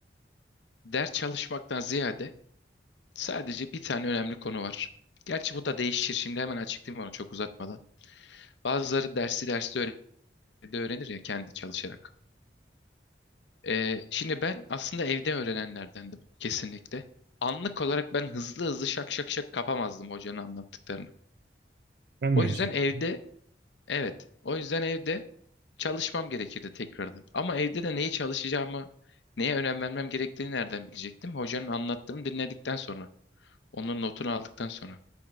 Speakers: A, on the left; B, on the right.
A: ders çalışmaktan ziyade sadece bir tane önemli konu var. Gerçi bu da değişir. Şimdi hemen açıklayayım onu çok uzatmadan. Bazıları dersi derste öğre- de öğrenir ya kendi çalışarak. Ee, şimdi ben aslında evde öğrenenlerdendim kesinlikle. Anlık olarak ben hızlı hızlı şak şak şak kapamazdım hocanın anlattıklarını.
B: Ben
A: O
B: de aynı
A: yüzden
B: şekilde.
A: evde evet. O yüzden evde çalışmam gerekirdi tekrardan. Ama evde de neyi çalışacağımı, neye önem vermem gerektiğini nereden bilecektim? Hocanın anlattığını dinledikten sonra, onun notunu aldıktan sonra.